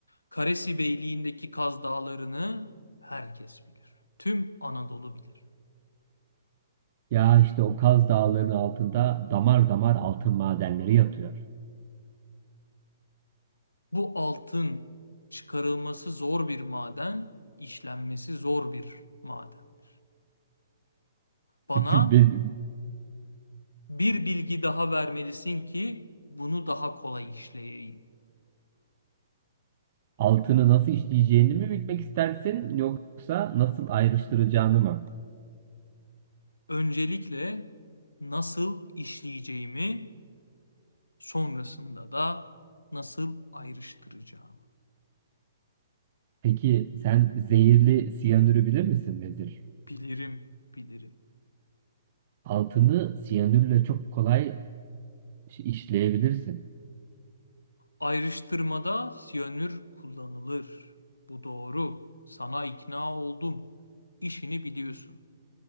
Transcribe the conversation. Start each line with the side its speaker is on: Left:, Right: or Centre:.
Left: Karesi Beyliği'ndeki Kaz Dağları'nı herkes bilir. Tüm Anadolu bilir.
Right: Ya işte o Kaz Dağları'nın altında damar damar altın madenleri yatıyor.
Left: Bu altın çıkarılması zor bir maden, işlenmesi zor bir madendir. Bana
Right: <laughs> Benim
Left: bir bilgi daha vermelisin ki bunu daha kolay işleyeyim.
Right: Altını nasıl işleyeceğini mi bilmek istersin yoksa nasıl ayrıştıracağını mı?
Left: Öncelikle nasıl işleyeceğimi Sonrasında da nasıl ayrıştıracağımı
Right: Peki sen zehirli siyanürü bilir misin Vezir?
Left: bilirim, bilirim.
Right: Altını siyanürle çok kolay iş- işleyebilirsin.
Left: Ayrıştırmada siyanür kullanılır. Bu doğru. Sana ikna oldum. İşini biliyorsun.